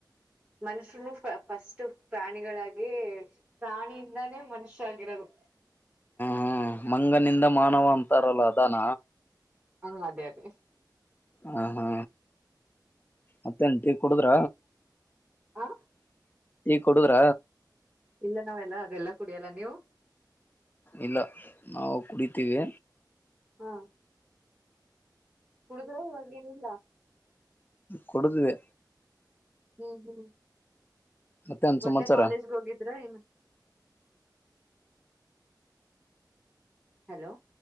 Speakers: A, on the right (about 15°); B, on the left (about 25°).
A: ಮನುಷ್ಯರುನು ಫಸ್ಟ್ ಪ್ರಾಣಿಗಳಾಗಿ ಪ್ರಾಣಿಯಿಂದಾನೇ ಮನುಷ್ಯಗಿರೋದು
B: ಹಾ ಹ ಮಂಗನಿಂದ ಮಾನವ ಅಂತಾರಲ್ಲ ಅದಾನ
A: ಹಾ ಅದೇ ಅದೇ
B: ಹ ಹಾ ಹತ್ತೆಂಟಿಗೆ ಕುಡುದ್ರ
A: ಹಾ
B: ಕೂಡುರ
A: ಇಲ್ಲ ನಾವೆಲ್ಲ ಅದೆಲ್ಲಾ ಕುಡಿಯಲ್ಲ ನೀವು
B: ಇಲ್ಲ ನಾವು ಕುಡಿತೇವಿ
A: ಹಾ ಕುಡುದ್ರ ಇವಾಗೇ ಏನಿಲ್ಲ
B: ಕುಡದೆ
A: ಹ್ಮ್ ಹ್ಮ್
B: ಮತ್ತೇನ್
A: ಮತ್ತೆ
B: ಸಮಾಚಾರ
A: ಕಾಲೇಜ್ಗೆ ಹೋಗಿದ್ರ ಏನು ಹಲೋ